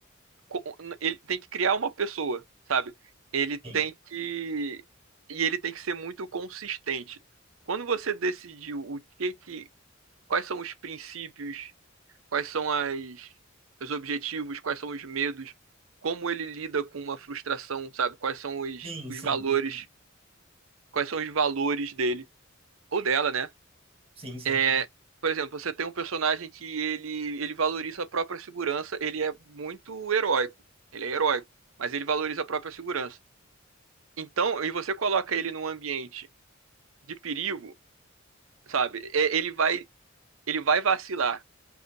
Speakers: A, on the right; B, on the right.
A: co- ele tem que criar uma pessoa, sabe? Ele tem
B: Sim,
A: que e ele tem que ser muito consistente. Quando você decidiu o que que quais são os princípios, quais são as os objetivos, quais são os medos, como ele lida com uma frustração, sabe? Quais são os,
B: sim,
A: os
B: sim,
A: valores, quais são os valores dele ou dela, né?
B: sim, sim.
A: É, por exemplo, você tem um personagem que ele, ele valoriza a própria segurança, ele é muito heróico. Ele é heróico, mas ele valoriza a própria segurança. Então, e você coloca ele num ambiente de perigo, sabe? É, Ele vai, ele vai vacilar,